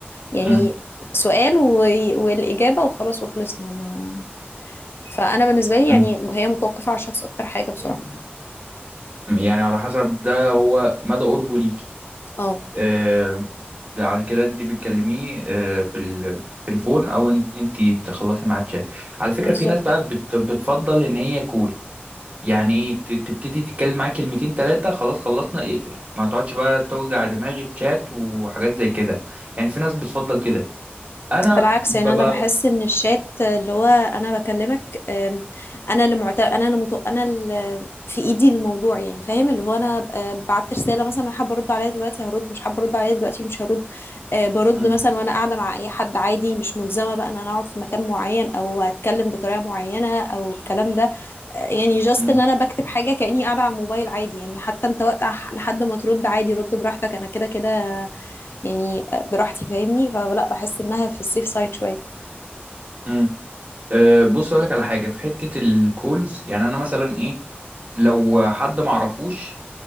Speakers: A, on the left (about 70°); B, on the right (about 40°).
A: يعني
B: مم،
A: سؤال و... والإجابة وخلاص وخلصنا ما... فأنا بالنسبة لي
B: مم.
A: يعني هي متوقفة على الشخص أكتر حاجة بصراحة
B: يعني على حسب ده هو مدى قربه ليكي
A: اه
B: آه، على كده انت بتكلميه آه، في التليفون او ان انت تخلصي معاه تشات على فكره
A: بالظبط
B: في ناس بقى بت- بتفضل ان هي كول يعني ايه ت- تبتدي تتكلم معاه كلمتين ثلاثه خلاص خلصنا اقفل ما تقعدش بقى توجع دماغي بشات وحاجات زي كده يعني في ناس بتفضل كده انا
A: بالعكس
B: ببقى
A: يعني انا بحس ان الشات اللي هو انا بكلمك أم، انا اللي معت... انا اللي مط... انا اللي في ايدي الموضوع يعني فاهم اللي هو انا أه، بعت رساله مثلا أنا حابه ارد عليها دلوقتي هرد مش حابه ارد عليها دلوقتي مش هرد أه، برد
B: م-
A: مثلا وانا قاعده مع اي حد عادي مش ملزمه بقى ان انا اقعد في مكان معين او اتكلم بطريقه معينه او الكلام ده أه، يعني جاست
B: م-
A: ان انا بكتب حاجه كاني قاعده على الموبايل عادي يعني حتى انت وقت لحد ما ترد عادي رد براحتك انا كده كده يعني آه، براحتي فاهمني فلا بحس انها في السيف سايد شويه
B: م. أه بص اقول لك على حاجه في حته الكولز يعني انا مثلا ايه لو حد ما اعرفوش